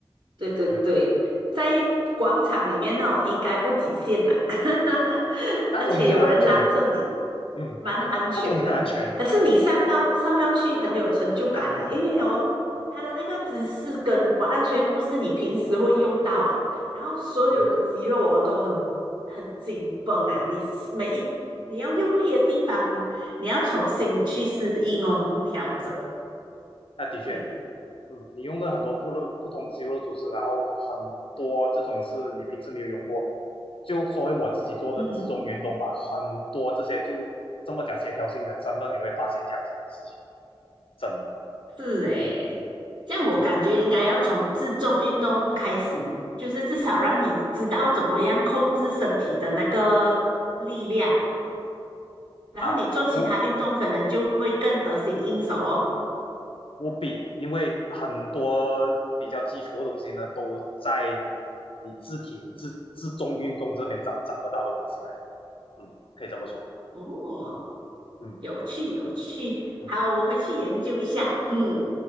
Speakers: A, on the right; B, on the left.
A: 对对对，
B: 对。
A: 在广场里面那种应该不极限啦，<laughs>
B: 那种也是很安全的，
A: 而且有人拉着你，
B: 嗯，
A: 蛮安全的。
B: 那种很安全的，
A: 可是你上到上到去很有成就感的，因为哦，它的那个姿势跟完全不是你平时会用到的，然后所有的肌肉哦都很很紧绷啊，
B: 嗯，
A: 你每一你要用力的地方，你要重新去适应哦，调整。
B: 那的确，
A: 对，
B: 嗯，你用的很多部落不同肌肉组织，然后很多这种是你平时没有用过，就说回我自己做的自重运动吧，
A: 嗯。
B: 很多这些就这么讲协调性的，真的你会发现这样子的事情，真的，
A: 是诶，这样我感觉应该要从自重运动开始，
B: 嗯，
A: 就是至少让你知道怎么样控制身体的那个力量，然后你做其他运动可能就会更得心应手哦。
B: 啊，无无比，因为很多比较基础的东西呢，都在你自体、你自自重运动这边找找得到的东西来的，嗯，可以这么说。
A: 哦，
B: 嗯
A: 有趣有趣，
B: 嗯
A: 好，我回去研究一下。嗯，